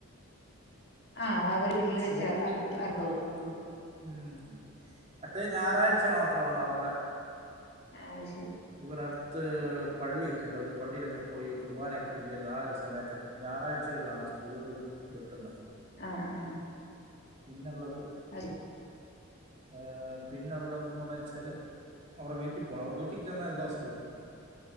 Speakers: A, on the left; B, on the right.
A: ആഹ് അ അവര് വീട്ടില്
B: ഷോപ്പിൽ
A: വെച് അർത് കണ്ടോ
B: കൊണ്ട് വെക്കും ഉം മറ്റേ ഞായറാഴ്ച മാത്രാണോ അവര്ടെ
A: അത് ശരി
B: ഇവർ അട്ത്ത് പള്ളി ക്കെണ്ട് ഒരു പള്ളിലൊക്കെ പോയി കുർബാനൊക്കെ പിര്ഞ്ഞു വരുന്ന ആ ഒരു സമയത്തൊക്കെ ഞായറാഴ്ചകളാണ് കൂടുതലും വെട്ടുന്നെ
A: ആഹ ആഹ
B: പിന്നെള്ളത്
A: അറി
B: ഏഹ് പിന്നള്ളത് ന്ന് പർഞച്ചാല് അവരെ വീട്ടി പോണം അവരെ വീട്ട്ക് ചെന്നാ എല്ലാസോവും കിട്ടും